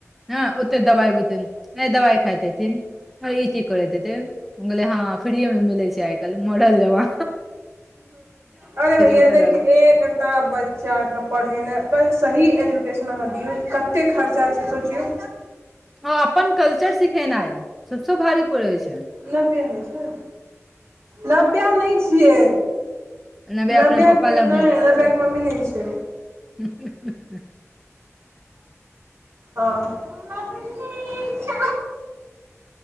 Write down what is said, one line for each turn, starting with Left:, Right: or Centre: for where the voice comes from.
Centre: हँ ओते दबाइ बुतैन तै दबाइ खाइतेथिन ई की करैत हेतै हम कहलियै हँ फ्रीए मे मिले छै आइ काल्हि मॉडल जमा
Right: अले भैयए
Centre: ओतऽ
Right: देखी
Centre: लऽ लेब
Right: ता बच्चाके पढ़ेनाइ बस सही एजुकेशन अहाँ दिऔ कते खर्चा छै सोचियोे
Centre: ओ अपन कल्चर सिखेनाइ सबस भारी पड़ै छै
Right: नब्बेया नै छीयै नब्बेया नै छियै
Centre: नबे
Right: नब्बेया
Centre: अपना पप्पा
Right: के
Centre: लग
Right: नै नब्बेया के मम्मी नै छै
Centre: ह <unintelligible>
Right: हँ ममा प्लीज